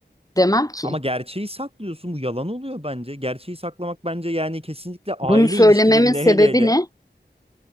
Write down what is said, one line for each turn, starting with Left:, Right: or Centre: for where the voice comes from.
Left: demem ki.
Right: Ama gerçeği saklıyorsun. Bu yalan oluyor bence. Gerçeği saklamak bence yani kesinlikle aile
Left: Bunu söylememin
Right: ilişkilerinde
Left: sebebi
Right: hele hele
Left: ne?